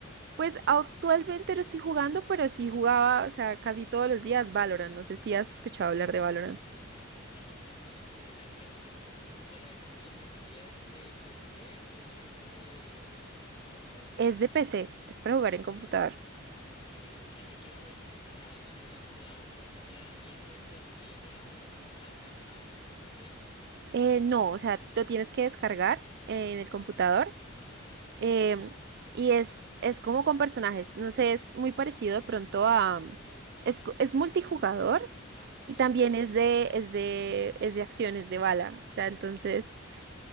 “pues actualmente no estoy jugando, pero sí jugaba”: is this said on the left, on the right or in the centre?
Right